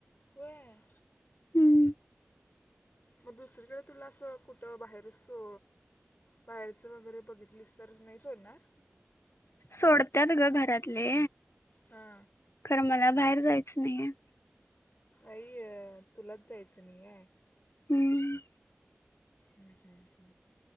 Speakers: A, on the left; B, on the left.
A: होय
B: हम्म
A: मग दुसरीकडे तुला असं कुठं बाहेर सो बाहेरचं वगैरे बघितलीस तर नाही सोडणार
B: सोडत्यात ग घरातले
A: हा
B: खरं मला बाहेर जायचं नाही
A: आई तुलाच जायचं नाही आहे
B: हम्
A: ह्